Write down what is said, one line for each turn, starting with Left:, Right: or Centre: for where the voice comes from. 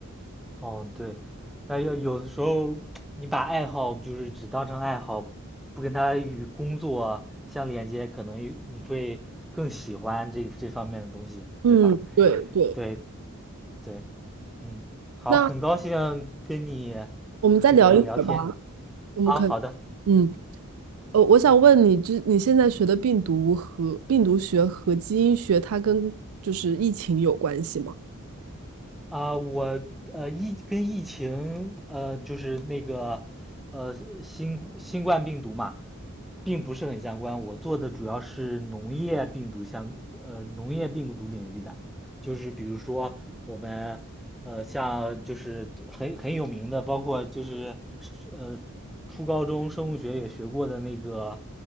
Centre: 哦对，那要有的时候你把爱好就是只当成爱好，不跟它与工作相连接，可能你会更喜欢这这方面的东西，
Right: 嗯，
Centre: 对吧？
Right: 对对。
Centre: 对对，嗯，好，
Right: 那
Centre: 很高兴跟你
Right: 我们再聊一会儿吧，
Centre: 这个聊天。
Right: 我们可
Centre: 啊，好的
Right: 嗯，呃，我想问你，之你现在学的病毒和病毒学和基因学，它跟就是疫情有关系吗？
Centre: 啊，我呃疫跟疫情呃就是那个呃新新冠病毒嘛，并不是很相关。我做的主要是农业病毒相，呃，农业病毒领域的，就是比如说我们，呃，像就是很很有名的，包括就是呃，初高中生物学也学过的那个，